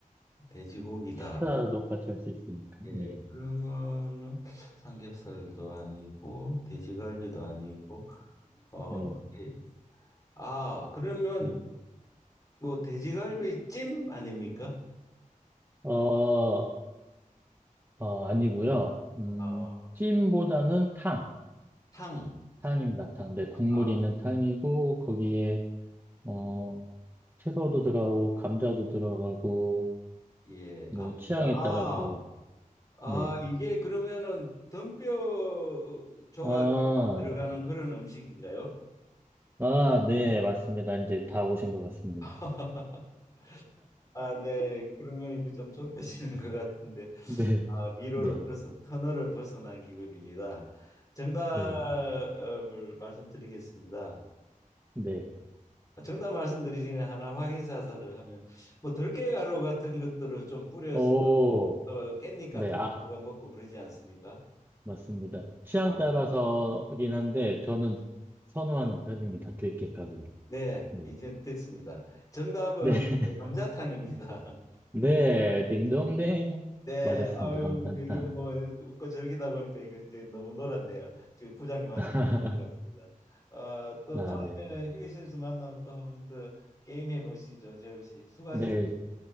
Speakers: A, on the left; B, on the right.
A: 돼지고기다.
B: 식사도 같이 할 수 있으니까,
A: 예,
B: 네.
A: 그러면은 삼겹살도 아니고 돼지갈비도 아니고 어,
B: 네.
A: 예. 아, 그러면
B: 저-
A: 뭐 돼지갈비 찜 아닙니까?
B: 어, 어, 아니고요. 음,
A: 어,
B: 찜보다는 탕,
A: 탕.
B: 탕입니다, 탕. 네, 국물이
A: 아,
B: 있는 탕이고, 거기에, 어, 채소도 들어가고, 감자도 들어가고,
A: 예,
B: 뭐,
A: 감자.
B: 취향에
A: 아,
B: 따라서,
A: 아,
B: 네.
A: 이게 그러면은 등뼈 조각이
B: 아,
A: 들어가는 그런 음식인가요?
B: 아, 네, 맞습니다. 이제 다 오신 것 같습니다.
A: <laughs> 아, 네. 그러면 이제 좀 좁혀지는 것 같은데,
B: 네,
A: 아, 미로를
B: 네,
A: 벗은, 터널을 벗어난 기분입니다. 정답을
B: 네.
A: 말씀드리겠습니다.
B: 네.
A: 정답 말씀드리기 전에 하나 확인 사살을 하면, 뭐 들깨가루 같은 것들을 좀 뿌려서
B: 오,
A: 어, 깻잎 같은
B: 네. 아,
A: 거가 먹고 그러지 않습니까?
B: 맞습니다. 취향
A: 아,
B: 따라서긴 한데, 저는 선호하는 편입니다. 들깨가루.
A: 네,
B: 네.
A: 이제 됐습니다. 정답은
B: 네. <laughs>
A: 감자탕입니다.
B: 네. 딩동댕.
A: 네,
B: 맞았습니다.
A: 아유,
B: 감탄탕.
A: 이게 뭐 웃고 즐기다 보니까 이거 이제 너무 놀았네요. 지금 부장님한테
B: <laughs>
A: 혼났습니다. 어, 또
B: 아,
A: 다음에
B: 네.
A: 휴게실에서 만나면 또 한 번 더 게임 해보시죠, 재우 씨. 수고하셨습니다.
B: 네.